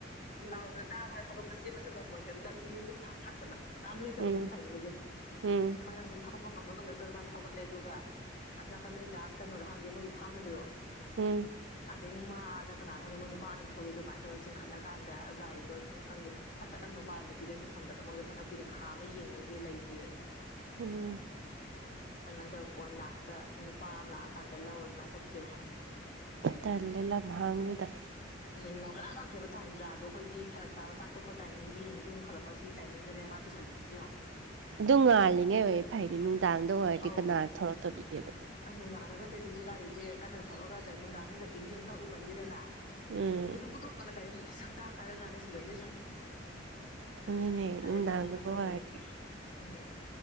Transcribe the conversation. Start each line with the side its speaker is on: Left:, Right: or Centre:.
Left: ꯂꯥꯎꯕꯁꯨ ꯇꯥꯔꯣꯏ ꯍꯧꯒꯠꯄ ꯆꯦꯃꯁꯨ ꯉꯝꯃꯣꯏ ꯀꯩꯣꯝ ꯃꯤꯁꯦ ꯃꯤ ꯂꯥ ꯂꯥꯛꯇꯕ ꯀꯥꯟꯁꯨ ꯂꯩꯇꯕꯗꯨꯃ
Right: ꯎꯝ
Left: ꯇ ꯇꯥꯏꯃꯤꯡꯁꯦ
Right: ꯎꯝ
Left: ꯃꯥꯁꯦ ꯃꯊꯟꯇ ꯍꯧꯒꯠꯄ ꯉꯝꯕ ꯉꯝꯗ ꯇꯧꯔ ꯃꯥꯁꯦ ꯍꯧꯒꯠꯂꯦ ꯑꯗꯨꯒ ꯑꯁ ꯅꯥꯀꯟꯗꯩꯗ ꯀꯩꯅꯣꯗ ꯍꯪꯗꯦ ꯃꯣꯏꯒꯤ ꯐꯥꯝ ꯂꯩꯕꯗꯣ
Right: ꯎꯝ
Left: ꯑꯗꯩ ꯃꯥꯗ ꯀꯅꯥꯅ ꯈꯪꯗꯦ ꯃꯣꯏ ꯅꯨꯄꯥ ꯑꯅꯤ ꯊꯣꯛꯂꯦ ꯑꯗꯨꯃꯥꯏꯅ ꯇꯧꯔꯒ ꯆꯤꯡꯈꯠꯂꯀꯥꯟꯗ ꯒꯥꯔꯤꯗꯣ ꯈꯪꯗꯦ ꯈꯠꯇꯠꯂꯝꯗꯧ ꯃꯥꯜꯂꯦ ꯅꯨꯄꯤꯗ ꯑꯩꯁꯨꯝ ꯈꯟꯕꯗ ꯃꯣꯏꯗꯣ ꯐꯅ ꯀꯨꯏꯅ ꯈꯥꯝꯃ ꯌꯦꯡꯅꯒꯤ ꯂꯩꯇꯦꯕ꯫
Right: ꯎꯝ
Left: ꯑꯗꯃꯥꯏ ꯇꯧꯔ ꯀꯣꯟ ꯂꯥꯁꯇ ꯅꯨꯄꯥ ꯑꯃ ꯂꯥꯛꯑꯀꯥꯟꯗ ꯂꯧꯔ ꯑꯗꯨꯃꯥꯏꯅ ꯆꯠꯈꯤꯕ ꯃꯥ
Right: ꯇꯜꯂꯦ ꯂꯝꯍꯥꯡꯗꯨꯗ
Left: <unintelligible> ꯇꯥꯟꯖꯥꯗꯣ ꯈꯣꯏꯒꯤ ꯐꯔꯛ ꯇꯥꯕ ꯆꯥꯛꯊꯣꯛꯄ ꯇꯥꯏꯃꯤꯡꯒꯤ ꯅꯨꯃꯤꯠ ꯌꯨꯡꯈꯠꯂꯛꯄ ꯁꯤꯒꯤ ꯇꯥꯏꯃꯤꯡꯗꯅꯦ ꯃꯥ ꯇꯨꯁꯜꯂꯤꯗꯨꯁꯨ ꯌꯦꯡ
Right: ꯑꯗꯨ ꯉꯥꯜꯂꯤꯉꯩ ꯑꯣꯏ ꯐꯩꯅꯤ ꯅꯨꯡꯗꯥꯡꯗ ꯑꯣꯏꯔꯗꯤ
Left: ꯑꯧ
Right: ꯀꯅꯥ ꯊꯣꯛꯂꯛꯇꯣꯔꯤꯒꯦꯕ
Left: ꯑꯁ ꯅꯨꯡꯗꯥꯡꯗꯒꯗꯤ ꯁꯤꯁꯦ ꯒꯥꯔꯤꯁꯦ ꯀꯟꯅ ꯊꯧꯔꯛꯒ ꯅꯨꯡꯗꯥꯡꯗ ꯖꯀꯤꯡꯖꯦ ꯑꯃꯛ ꯈꯔ ꯎꯒꯟꯗꯦꯗꯅ
Right: ꯎꯝ
Left: <unintelligible> ꯁꯨꯖꯟꯕꯩꯁꯨꯝ
Right: ꯑꯗꯨꯅꯦ
Left: ꯒꯥꯔꯤ
Right: ꯅꯨꯡꯗꯥꯡꯗꯒ
Left: ꯑꯆꯧꯕꯅꯒ ꯇꯧꯕꯒꯤ
Right: ꯑꯣꯏꯔꯗꯤ
Left: ꯎꯝ